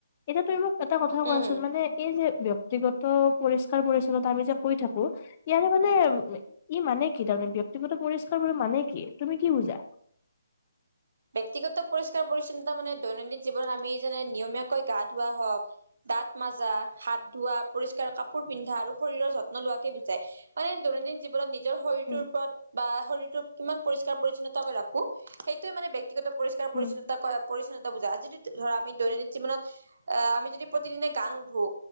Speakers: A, on the left; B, on the right.
A: এতিয়া তুমি মোক এটা কথা কোৱাচোন
B: উম
A: মানে এই যে ব্য। ব্যাক্তিগত পৰিষ্কাৰ -পৰিচ্ছন্নতা আমি যে কৈ থাকো। ইয়াৰে মানে ই মানে কি তাৰমানে ব্যক্তিগত পৰিষ্কাৰ বুলিলে মানে কি তুমি কি বুজা?
B: ব্যক্তিগত পৰিষ্কাৰ -পৰিচ্ছন্নতা মানে দৈনন্দিন জীৱনত আমি যেনে নিয়মীয়াকৈ গা- ধুৱো হওঁক। দাঁত মাজা হাত, ধোৱাঁ, পৰিষ্কাৰ কাপোৰ পিন্ধা আৰু শৰীৰৰ যত্ন লোৱাকে বুজায়। মানে দৈনন্দিন জীৱনত নিজ। নিজৰ শৰীৰটোৰ
A: উম,
B: ওপৰত বা শৰীৰটোৰ কিমান পৰিষ্কাৰ পৰি্ছন্নতা কৰি ৰাখো, সেইটোয়ে মানে ব্যক্তিগত পৰিস্কাৰ। কাৰ পৰিছনতা
A: উম,
B: কৰা পৰিচ্ছন্নতা বুজা আজি <inaudible> ধৰা আমি দৈনন্দিন জীৱনত আ, আমি যদি প্ৰতিদিনে গা নুধো।